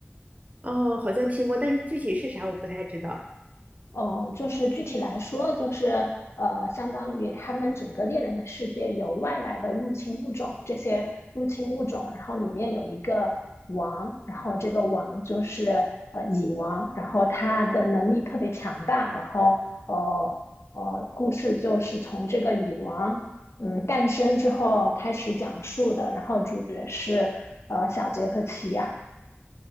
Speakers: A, on the right; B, on the left.
A: 哦，好像听过，但是具体是啥我不太知道。
B: 嗯，呃就是具体来说，就是呃，相当于他们整个猎人的世界有外来的入侵物种，这些入侵物种，然后里面有一个王，然后这个王就是呃蚁王，然后他的能力特别强大，然后呃呃，故事就是从这个蚁王嗯诞生之后开始讲述的，然后主角是呃小杰和奇亚。